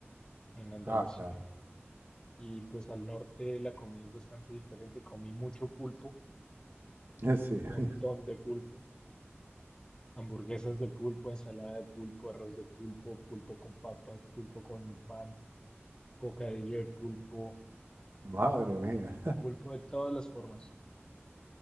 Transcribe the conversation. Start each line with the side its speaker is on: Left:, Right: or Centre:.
Left: en Andalucía.
Right: Ah, claro.
Left: Y pues al norte la comida es bastante diferente. Comí mucho pulpo,
Right: <laughs> Sí,
Left: un montón de pulpo, hamburguesas de pulpo, ensalada de pulpo, arroz de pulpo, pulpo con papas, pulpo con pan, bocadillo de pulpo,
Right: <laughs> madre mía.
Left: pulpo de todas las formas.